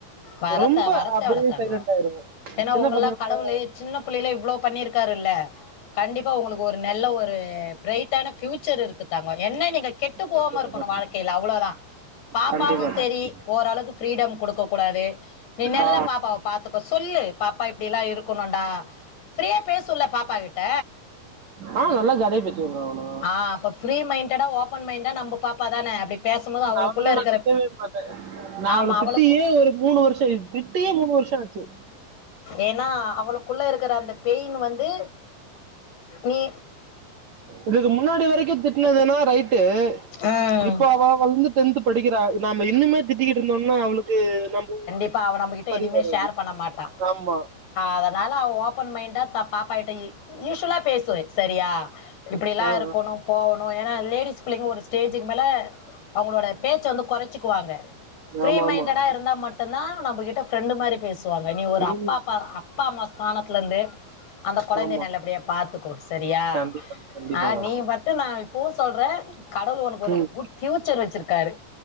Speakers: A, on the left; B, on the right.
A: வர
B: ரொம்ப
A: த வரத்தேவல
B: அப்டியே
A: தங்கோ
B: சைலண்ட் ஆய்ருவோ
A: ஏன்னா
B: சின்ன
A: உங்கல்லா
B: பசங்கள
A: கடவுளு சின்ன இவ்ளோ பண்ணிருக்காருல்ல கண்டிப்பா உங்களுக்கு ஒரு நல்ல ஒரு ப்ரைட் ட்டான பியூச்சர் இருக்கு தங்கோ என்ன நீங்க கெட்டு போகாம
B: கண்டிப்பா
A: இருக்கணு
B: கண்டிப்பா
A: வாழ்க்கைல அவ்ளோதா பாப்பாவு
B: கண்டிப்பாக்கா
A: செரி ஓரளவு ஃப்ரீடம் குடுக்கோ வாரு நீ நல்லா
B: ஆ
A: பாப்பாவ பாத்துக்கோ சொல்லு பாப்பா இப்டிலா இருக்கணுண்டா ஆ ஃப்ரியா பேசசொல்லா பாப்பா கிட்ட
B: ஆ நல்லா ‌ஜட தச்சிவிடுவாங்க ஆனா
A: ஆ அப்ப ஃப்ரீ மைண்டடா ஓபன் மைண்டா நம்ப பாப்பா தான அப்டி பேசும்போது
B: உ
A: அவளுக்குள்ள
B: அவ்ளோநா
A: இருக்கிற
B: திட்டவே மாட்டே நா
A: ஆமா
B: அவள திட்டியே
A: அவளுக்கு
B: ஒரு மூணு வருஷோ திட்டியே மூணு வரும் ஆச்சி
A: ஏனா அவளும் உள்ள இருக்குற அந்த பெயின் வந்து நீ
B: இதுக்கு முன்னாடி வரைக்கும் திட்டினதுனா ரைட்டு
A: ஆஹ்
B: இப்ப அவ வந்து டென்த் படிக்கிறா நம்ம இன்னுமே திட்டிக்கிட்டு இருந்தோனா அவளுக்கு நம்ம
A: இப்ப அவ நம்மக்கிட்
B: சரி
A: எதுமே
B: வரும்
A: ஷேர் பண்ண மாட்டா
B: ஆமா
A: அதனால அவ ஓபன் மைண்டா பாப்பாட்ட யூஸ்வலா பேசுவேன் சரியா இப்டி எல்லா
B: ஆ,
A: இருக்கணு
B: ஆ.
A: போவுணு ஏனா லேடிஸ் புள்ளைங்க ஒரு ஸ்டேஜுக்கு மேல அவுங்களோட பேச்ச வந்து கொறச்சிக்குவாங்க ஃப்ரீ
B: ஆமா
A: மைன்டடா
B: ஆமா அது-
A: இருந்தா மட் மட்டுதா நம்மகிட்ட ஃப்ரெண்ட் மாரி பேசு வாங்க நீ ஒரு
B: ம்,
A: அப்பா அப்பா அப்பா அம்மா ஸ்தானத்ல இருந்து அந்த கொழந்தைய
B: ஆமா
A: நல்லபடியா பாத்துக்கோ சரியா
B: கண்டிப்பா கண்டிப்பாக்கா
A: ஆ நீ மட்டு நா இப்பவும் சொல்றே கடவுள் ஒனக்கு ஒரு
B: ம்
A: குட் பியூச்சர் வச்சிருக்காரு